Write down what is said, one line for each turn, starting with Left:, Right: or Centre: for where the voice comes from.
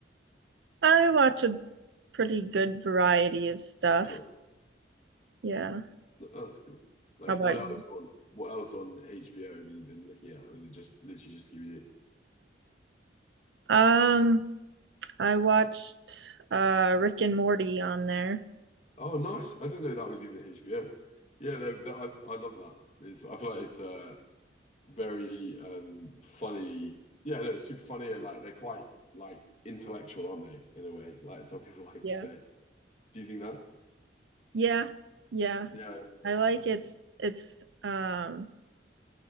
Right: I watch a pretty good variety of stuff.
Left: Sure.
Right: Yeah.
Left: Oh, that's cool. Like
Right: How about
Left: what else
Right: you?
Left: on what else on HBO have you been looking at? Or is it just literally just Scooby-Doo?
Right: Um, I watched uh Rick and Morty on there.
Left: Oh, nice. I didn't know that was even HBO. Yeah, they, they, I I love that. It's I feel like it's uh very um funny. Yeah, no, it's super funny and like they're quite like intellectual, aren't they? In a way, like some people <laughs> like
Right: Yeah.
Left: to say. Do you think that?
Right: Yeah, yeah.
Left: Yeah,
Right: I like it's it's um